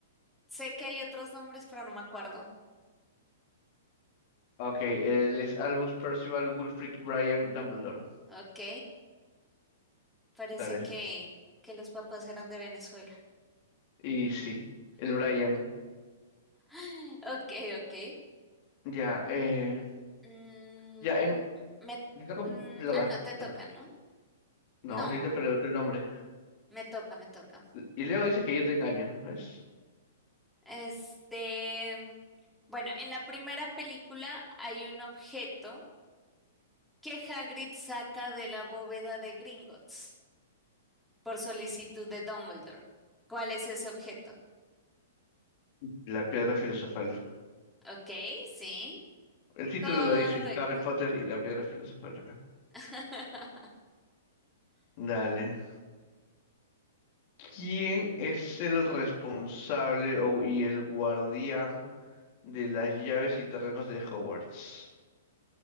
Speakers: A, in the centre; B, on the left.
A: sé que hay otros nombres, pero no me acuerdo.
B: Ok, él es Albus Percival Wulfric Brian Dumbledore.
A: Ok. Parece
B: Dale.
A: que, que los papás eran de Venezuela. <gasps>
B: Y sí, el Brian.
A: <laughs> Ok, ok.
B: Ya, eh,
A: Mm,
B: ya en.
A: me,
B: Te toca,
A: mm,
B: te toca,
A: ah, no, te
B: te
A: toca,
B: toca.
A: ¿no?
B: No,
A: No,
B: yo te pregunto el nombre.
A: me toca, me toca.
B: Y luego dices que yo te engaño, ¿ves?
A: Este, bueno, en la primera película hay un objeto que Hagrid saca de la bóveda de Gringotts por solicitud de Dumbledore. ¿Cuál es ese objeto?
B: La piedra filosofal.
A: Ok, sí,
B: El título
A: correcto.
B: lo dice, Harry Potter y la piedra filosofal.
A: <laughs>
B: Dale. ¿Quién es el responsable o, y el guardián de las llaves y terrenos de Hogwarts?